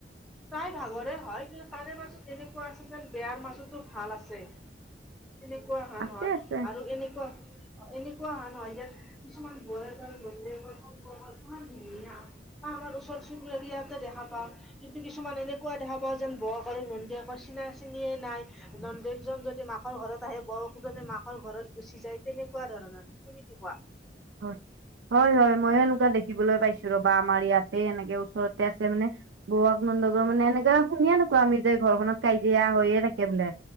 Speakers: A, in the centre; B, on the right.
A: তাই ভাগৰে হয় কিন্তু তাৰে মাজত এনেকুৱা আছে যেন বেয়াৰ মাজতো ভাল আছে।
B: <inaudible>
A: এনেকুৱা ভাল
B: আছে
A: হয়
B: আছে
A: আৰু এনেকুৱা- এনেকুৱা হা নহয় যে কিছুমান বায়েক আৰু নন্দেকৰ সম্পৰ্ক ইমান ধুনীয়া বা আমাৰ ওচৰ চুবুৰীয়াতে দেখা পাও। কিন্তু কিছুমান এনেকুৱা দেখা পাওঁ যেন বৌক আৰু নন্দেকৰ চিনা চিনিয়ে নাই। নন্দেকজন যদি মাকৰ ঘৰত আহে বৌক জনি মাকৰ ঘৰত গুচি যায়। তেনেকুৱা ধৰণৰ তুমি কি কোৱা।
B: হয়, হয় হয় ময়ো এনেকুৱা দেখিবলৈ পাইছো ৰ'বা আমাৰ ইয়াতে এনেকে ওচৰত। ততে আছে মানে, বৌয়েক, নন্দকৰ মানে এনেকা শুনিয়ে থাকো মানে আমি যে ঘৰখনত কাইজিয়া হৈয়ে থাকে বোলে